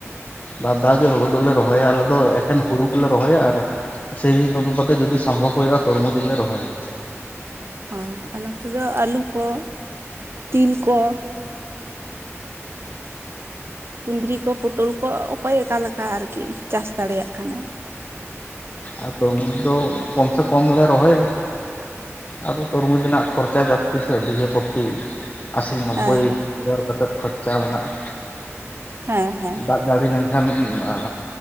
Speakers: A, on the left; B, on the right.
A: ᱵᱟᱨᱫᱟᱣ ᱜᱮ ᱦᱩᱲᱩ ᱫᱚᱞᱮ ᱨᱚᱦᱚᱭᱟ ᱟᱞᱮ ᱫᱚ ᱮᱠᱷᱮᱱ ᱦᱩᱲᱩ ᱜᱮᱞᱮ ᱨᱚᱦᱚᱭᱟ ᱟᱨ ᱥᱮᱭ <unintelligible> ᱡᱩᱫᱤ ᱥᱚᱢᱵᱷᱚᱵ ᱦᱩᱭᱩᱜᱼᱟ ᱛᱚᱨᱢᱩᱡ ᱞᱮ ᱨᱚᱦᱚᱭᱟ᱾
B: ᱚ ᱟᱨ ᱱᱚᱛᱮ ᱫᱚ ᱟᱹᱞᱩ ᱠᱚ ᱛᱤᱞ ᱠᱚ ᱠᱩᱸᱫᱽᱨᱤ ᱠᱚ ᱯᱚᱴᱚᱞ ᱠᱚ ᱚᱠᱚᱭ ᱚᱠᱟᱞᱮᱠᱟ ᱟᱨᱠᱤ ᱪᱟᱥ ᱫᱟᱲᱮᱭᱟᱜ ᱠᱟᱱᱟᱭ
A: ᱟᱨ ᱛᱩᱨᱢᱩᱡ ᱫᱚ ᱠᱚᱢ ᱥᱮ ᱠᱚᱢ ᱞᱮ ᱨᱚᱦᱚᱭᱟ ᱟᱫᱚ ᱛᱩᱨᱵᱩᱡᱽ ᱨᱮᱱᱟᱜ ᱠᱷᱚᱨᱪᱟ ᱡᱟᱹᱥᱛᱤ ᱥᱮ ᱵᱤᱡᱷᱟᱹᱯᱚᱛᱤ ᱟᱥᱤ ᱱᱚᱵᱵᱚᱭ
B: ᱦᱮᱸ ᱦᱮᱸ
A: ᱦᱟᱡᱟᱨ ᱠᱟᱛᱮ ᱠᱷᱚᱪᱪᱟ ᱢᱮᱱᱟᱜᱼᱟ᱾
B: ᱦᱮᱸ ᱦᱮᱸ
A: ᱫᱟᱜ ᱡᱟᱹᱲᱤ ᱞᱮᱱᱠᱷᱟᱱ ᱱᱟᱸ